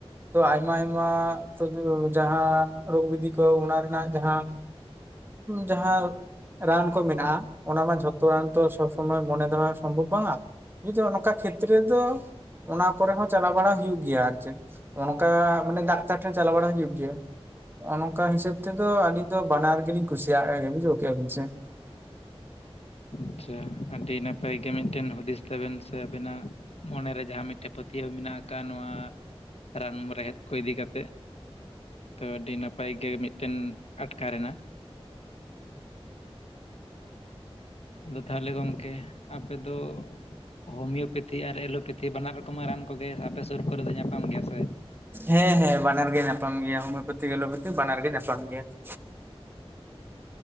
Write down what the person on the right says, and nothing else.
ᱛᱚ ᱟᱭᱢᱟ ᱟᱭᱢᱟ <unintelligible> ᱡᱟᱦᱟᱸ ᱨᱳᱜᱽ ᱵᱮᱫᱷᱤ ᱠᱚ ᱚᱱᱟ ᱨᱮᱱᱟᱜ ᱡᱟᱦᱟᱸ ᱡᱟᱦᱟᱸ ᱨᱟᱱ ᱠᱚ ᱢᱮᱱᱟᱜ-ᱟ ᱚᱱᱟᱢᱟ ᱡᱷᱚᱛᱚ ᱨᱟᱱ ᱛᱚ ᱥᱚᱵᱽ ᱥᱚᱢᱚᱭ ᱢᱚᱱᱮ ᱫᱚᱦᱚ ᱥᱚᱢᱵᱷᱚᱵᱽ ᱵᱟᱝᱟ, ᱡᱩᱫᱤ ᱚᱝᱠᱟ ᱠᱷᱮᱛᱨᱮ ᱨᱮᱫᱚ ᱚᱱᱟ ᱠᱚᱨᱮ ᱦᱚᱸ ᱪᱟᱞᱟᱣ ᱵᱟᱲᱟ ᱦᱩᱭᱩᱜ ᱜᱮᱭᱟ ᱟᱨ ᱪᱮᱫ ᱾ ᱚᱱᱠᱟ ᱢᱟᱱᱮ ᱰᱟᱠᱛᱟᱨ ᱴᱷᱮᱱ ᱪᱟᱞᱟᱣ ᱵᱟᱲᱟ ᱦᱩᱭᱩᱜ ᱜᱮᱭᱟ ᱾ ᱚᱱᱠᱟ ᱦᱤᱸᱥᱟᱹᱵᱽ ᱛᱮᱫᱚ ᱟᱹᱞᱤᱧ ᱫᱚ ᱵᱟᱱᱟᱨ ᱜᱮᱞᱤᱧ ᱠᱩᱥᱤᱭᱟᱜ-ᱟ ᱮ ᱵᱩᱡᱷᱟᱹᱣ ᱠᱮᱜᱼᱟ ᱵᱤᱱ ᱥᱮ ᱾
ᱦᱮᱸ ᱦᱮᱸ ᱵᱟᱱᱟᱨ ᱜᱮ ᱧᱟᱯᱟᱢ ᱜᱮᱭᱟ ᱦᱳᱢᱤᱭᱳᱯᱮᱛᱷᱤ ᱮᱞᱳᱯᱮᱛᱷᱤ ᱵᱟᱱᱟᱨ ᱜᱮ ᱧᱟᱯᱟᱢ ᱜᱮᱭᱟ ᱾